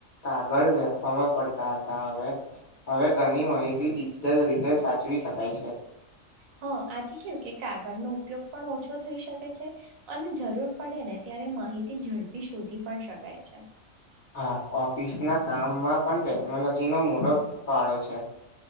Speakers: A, on the left; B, on the right.
A: કાગળ લખવામાં પડતા હતા હવે હવે ઘણી માહિતી ડિજિટલ રીતે સાચવી શકાય છે
B: હ આથી કેવું કે કાગળનો ઉપયોગ પણ ઓછો થઈ શકે છે અને જરૂર પડે ને ત્યા ત્યારે માહિતી ઝડપી શોધી પણ શકાય છે
A: હા ઓફિસ ના કામમાં પણ ટેકનોલોજી નો મોટો ફાળો છે